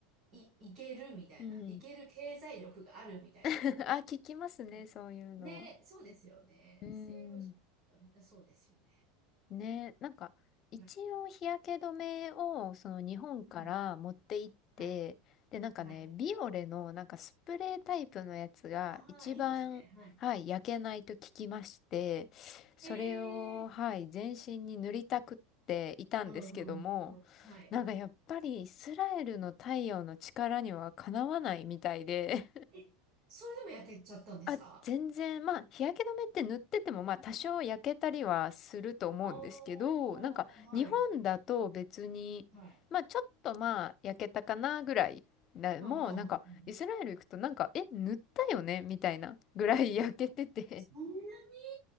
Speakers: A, on the right; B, on the left.
A: い、いけるみたいな、
B: うん。
A: いける経済力があるみたいな、
B: <laughs>
A: こ
B: あ、聞きますね、
A: う。
B: そういうの。
A: ね、そうですよね。
B: うー
A: 西洋人はみんなそうですよね。
B: ん。ね、なんか、一応日焼け止めを、
A: はい。
B: その日本から持って行って、
A: うんうん。はい。
B: で、なんかね、
A: はい。
B: ビオレの、なんかスプレータイプのやつが、
A: ああ、
B: 一番、
A: いいですね。はい。
B: はい、焼けないと聞きまして、それを、
A: へえ。
B: はい、全身に塗りたくっていたんですけども、
A: うんうんうん。はい。
B: なんかやっぱりイスラエルの太陽の力にはかなわないみたいで、
A: え、それでも焼けちゃったんですか
B: あ、全然、まあ、日焼け止めって塗ってても、まあ、多少焼けたりはすると思うんですけど、
A: ああ、
B: なんか、
A: はい。
B: 日本だと別に、
A: はい。
B: まあ、ちょっとまあ、焼けたかなぐらいな、
A: うんうんうんうん。
B: もう、なんか、イスラエル行くと、なんか、え、塗ったよねみたいなぐらい <laughs> 焼けてて。
A: そんなに、